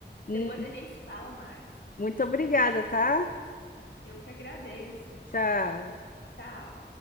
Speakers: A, on the left; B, on the left.
A: mu-
B: Depois a gente se fala mais.
A: muito obrigada, tá?
B: Eu que agradeço.
A: Tchau.
B: Tchau.